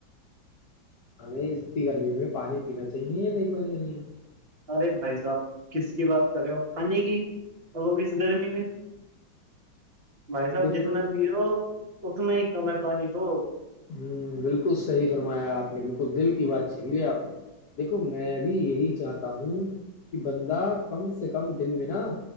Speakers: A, on the left; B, on the right.
A: ہمیں اتنی گرمی میں پانی پینا چاہیے یا نہیں پانیا چاہیے
B: ارے بھائی صاحب کس کی بات کر رہے ہو پانی کی اس گرمی میں
A: <inaudible>
B: بھائی صاحب
A: دیکھو
B: جتنا پیو اتنا ہی کم ہے پانی تو
A: ہوں بالکل صحیح فرمایا آپ نے بالکل دل کی بات چھین لی آپ نے دیکھو میں بھی یہی چاہتا ہوں کہ بندہ کم سے کم دن بنا